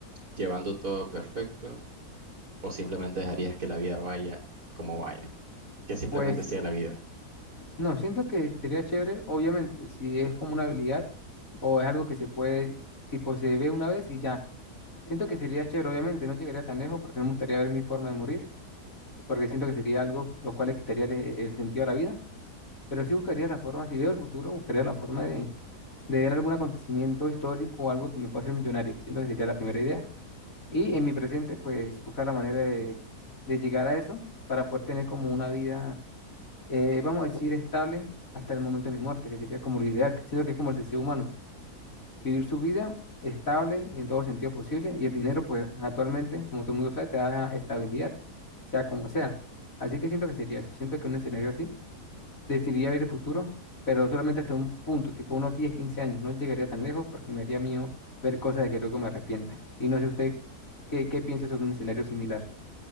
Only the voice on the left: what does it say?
Pues
no, siento que sería chévere, obviamente, si es como una habilidad o es algo que se puede, tipo, se ve una vez y ya. Siento que sería chévere, obviamente, no llegaría tan lejos porque no me gustaría ver mi forma de morir, porque siento que sería algo lo cual le quitaría el, el sentido a la vida, pero sí buscaría la forma, si veo el futuro, buscaría la forma de, de ver algún acontecimiento histórico o algo que me pueda hacer millonario. Siento que sería la primera idea. Y en mi presente, pues buscar la manera de, de llegar a eso para poder tener como una vida eh, vamos a decir, estable hasta el momento de mi muerte, que sería como lo ideal, que siento que es como el deseo humano, vivir su vida estable en todo sentido posible y el dinero, pues actualmente, como todo el mundo sabe, te da estabilidad, sea como sea. Así que siento que sería eso, siento que un escenario así Decidiría ver el futuro, pero solamente hasta un punto, tipo unos 10 15 años. No llegaría tan lejos porque me haría miedo ver cosas de que luego me arrepienta. Y no sé usted qué, qué piensa sobre un escenario similar.